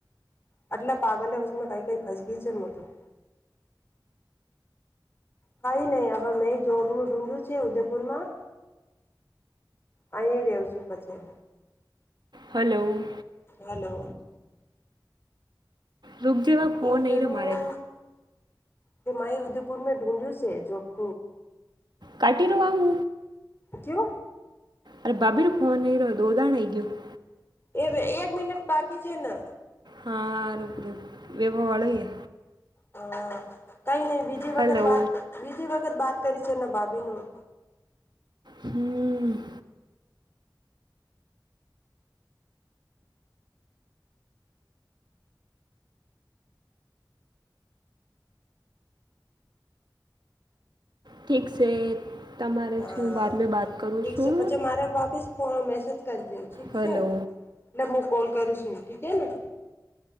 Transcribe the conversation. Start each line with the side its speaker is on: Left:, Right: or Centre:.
Left: આટલે પાગલ વષમાં કંઈ કઈ ફસગી છે ને મ તોું કઈ નહી હવે મેં જોબનું ઢુંઢું છે ઉદેપુર માં અહી રવ છું પછી
Right: હલો
Left: હલો
Right: રોગ જેવા ફોન
Left: એ કેું
Right: નહીં રહ્યો મારે
Left: હિમાહી ઉદયપુર મે ઢુંઢ્યું છે જો આપ
Right: કાટી રવા હું
Left: કુ
Right: અરે ભાભી રું ફોન નઈ રહ્યો દોધણ આઈ ગયયો
Left: એ એક મિનટ બાકી છે ને
Right: હા રૂબરૂ વેપવા વાળોય
Left: હા કઈ નઈ બીજી
Right: હલો
Left: વખત વાત બીજી વખત વાત કરી છે ને ભાભી નું
Right: હમ ઠીક છે તમારે
Left: હા
Right: છું બાદ મેં બાત કરું
Left: ઠીક
Right: છું
Left: છે પછી મારે વાપીસ ફ મેસેજ કરીજે ઠીક
Right: હલો
Left: છે એટલે હું કોલ કરું છું ઠીકે ને